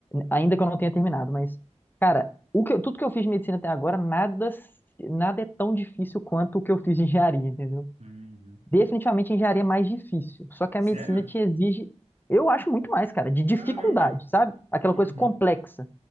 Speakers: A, on the left; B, on the right.
A: ainda que eu não tenha terminado, mas, cara, o que eu- tudo que eu fiz de medicina até agora, nada, se- nada é tão difícil quanto o que eu fiz de engenharia, entendeu?
B: Uhum.
A: Definitivamente a engenharia é mais difícil, só que
B: Sério?
A: a medicina te exige, eu acho muito mais, cara, de dificuldade,
B: Caramba.
A: sabe? Aquela
B: Uhum.
A: coisa complexa.